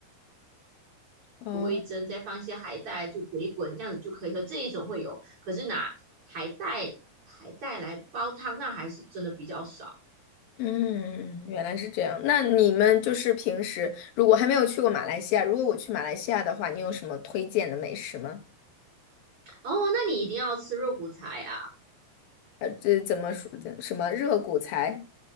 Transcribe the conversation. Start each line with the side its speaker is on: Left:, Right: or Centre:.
Left: 哦。
Right: 味噌，再放一些海带，就滚一滚，这样子就可以喝。这一种会有，可是拿海带海带来煲汤，那还是真的比较少。
Left: 嗯，原来是这样。那你们就是平时如果还没有去过马来西亚，如果我去马来西亚的话，你有什么推荐的美食吗？
Right: 哦，那你一定要吃肉骨茶呀，
Left: 呃，这怎么说的？什么热骨材、